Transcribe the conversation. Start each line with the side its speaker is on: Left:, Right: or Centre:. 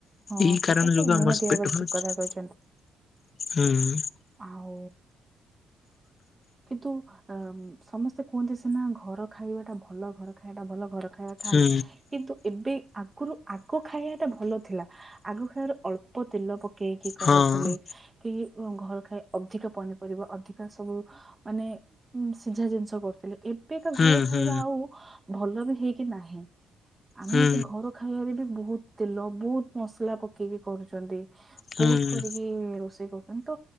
Right: ହଁ
Left: ଏଇ
Right: ସେଟା
Left: କାରଣ
Right: ତ
Left: ଯୋଗୁଁ ଆମ
Right: ନିହାତି
Left: ବାସ୍
Right: ଭାବରେ
Left: ପେଟ ବାହାରୁଚି,
Right: ଠିକ କଥା କହିଛନ୍ତି
Left: ହୁଁ।
Right: ଆଉ କିନ୍ତୁ ଉଁ ସମସ୍ତେ କୁହନ୍ତି ସିନା ଘର ଖାଇବା ଟା ଭଲ, ଘର ଖାଇବା ଭଲ, ଘର ଖାଇବା ଖାଆନ୍ତୁ
Left: ହୁଁ
Right: କିନ୍ତୁ ଏବେ ଆଗରୁ ଆଗ ଖାଇବା ଟା ଭଲ ଥିଲା, ଆଗ ଖାଇବାର ଅଳ ପ ତେଲ ପକେଇକି କରୁଉଥିଲେ,
Left: ହଁ।
Right: କି ଉଁ ଘର ଖାଇ ଅଧିକା ପନିପରିବ, ଅଧିକା ସବୁ ମାନେ ସିଝା ଜିନିଷ କରୁଥିଲେ, ଏବେ କା
Left: ହୁଁ
Right: ଘର ଖାଇବା
Left: ହୁଁ
Right: ଆଉ ଭଲ ବି ହେଇକି ନାହିଁ, ଆମେ
Left: ହୁଁ
Right: ଏବେ ଘର ଖାଇବାରେ ବି ବହୁତ ତେଲ, ବହୁତ ମସଲା ପକେଇକି କରୁଚନ୍ତି,
Left: ହୁଁ
Right: ବହୁତ କରିକି କି ରୋଷେଇ କରୁଚନ୍ତି, ତ